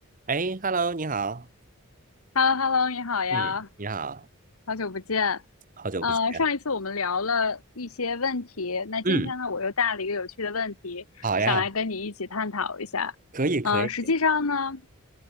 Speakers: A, on the right; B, on the left.
A: 哎，Hello，你好，
B: h e l l o h e l l o 你好呀，
A: 嗯你好，
B: 好久不见。
A: 好久不见。
B: 呃，上一次我们聊了一些问题，那今天呢，
A: 嗯，
B: 我又带了一个有趣的问题，
A: 好呀，
B: 想来跟你一起探讨一下。
A: 可以，可以。
B: 嗯、实际上呢，